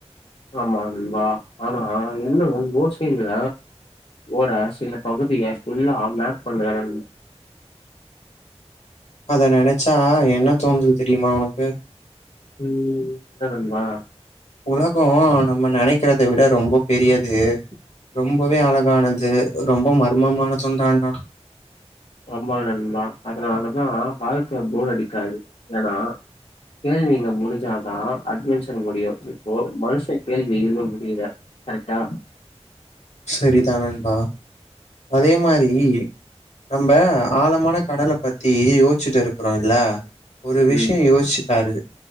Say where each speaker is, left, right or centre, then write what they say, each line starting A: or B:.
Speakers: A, on the left; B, on the left.
A: ஆமா நண்பா ஆனா இன்னு ஓசைல ஓட சில பகுதிய ஃபுல்லா மேப் பண்ணிக்கறானுக
B: அத நினைச்சா என்ன தோணுது தெரியுமா உனக்கு
A: ம் என்ன நண்பா
B: உலக நம்ம நினைக்கிறத விட ரொம்ப பெரியது ரொம்பவே அழகானது ரொம்ப மர்மமானது தான்டா
A: ஆமா நண்பா அதனாலதான் வாழ்க்கை போர் அடிக்காது ஏன்னா கேள்விங்க முடிஞ்சாதா அட்வெஞ்சர் முடியு இப்போ மனுஷ கேள்வி இன்னு முடியல கரெட்டா
B: சரிதான் நண்பா அதே மாறி நம்ம ஆழமான கடல பத்தி யோசிச்சுட்டு இருக்கிறோ இல்ல ஒரு விஷய
A: ம்,
B: யோசிச்சுப்பாரு